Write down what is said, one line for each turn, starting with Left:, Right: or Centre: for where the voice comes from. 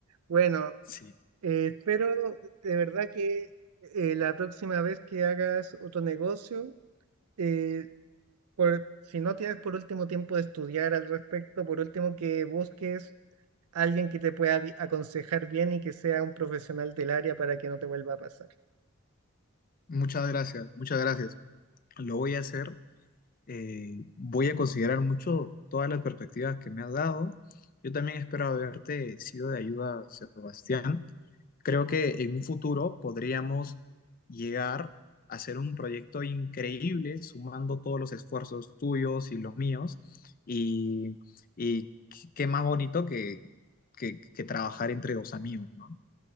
Right: Bueno,
Left: Sí.
Right: eh, espero de verdad que eh, la próxima vez que hagas otro negocio, eh, por, si no tienes por último tiempo de estudiar al respecto, por último que busques a alguien que te pueda vi- aconsejar bien y que sea un profesional del área para que no te vuelva a pasar.
Left: Muchas gracias, muchas gracias. lo voy a hacer. eh, voy a considerar mucho todas las perspectivas que me has dado. Yo también espero haberte sido de ayuda, Sebastián. Creo que en un futuro podríamos llegar a hacer un proyecto increíble, sumando todos los esfuerzos tuyos y los míos. Y, y qué más bonito que, que que trabajar entre dos amigos, ¿no?